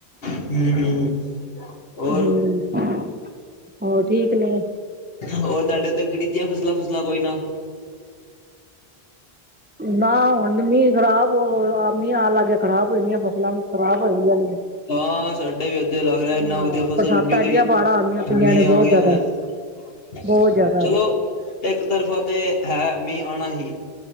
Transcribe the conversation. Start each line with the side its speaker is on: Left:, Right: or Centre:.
Left: <unintelligible> ਹੋਰ-ਹੋਰ
Right: ਹੋ ਹੋਰ ਠੀਕ ਨੇ।
Left: ਹੋਰ ਤੁਹਾਡੇ ਉੱਤੇ ਗਤੀਆਂ ਫਸਲਾਂ ਫਸਲਾਂ ਕੋਈ ਨਾ।
Right: ਨਾ ਹੁਣ ਮੀਂਹ ਖ਼ਰਾਬ ਮੀਂ ਆ ਲਾਗੇ ਖਰਾਬ ਹੋਦੀ <inaudible> <unintelligible> ਖਰਾਬ ਹੋਏ ਨੇ।
Left: ਹਾਂ ਸਾਡੇ ਵੀ ਐਧੇ ਲੱਗ ਰਿਹੇ, ਇੰਨ੍ਹਾਂ
Right: ਹਾਂ
Left: ਵਧੀਆ ਫਸਲ
Right: ਬਰਸਾਤਾਂ
Left: ਉੱਗੀ
Right: ਐਡੀਆਂ
Left: ਸੀ,
Right: ਬਾੜਾ ਆਂਦੀਆਂ ਪਈਆਂ
Left: ਮੀਂਅ
Right: ਨੇ
Left: ਆ
Right: ਬਹੁਤ
Left: ਗਿਆ।
Right: ਜ਼ਿਆਦਾ
Left: <unintelligible>
Right: ਬਹੁਤ ਜ਼ਿਆਦਾ
Left: ਚਲੋਂ ਇੱਕ ਤਰਫਾ ਤੇ ਹੈ, ਮੀਂਹ ਆਉਣਾ ਹੀ।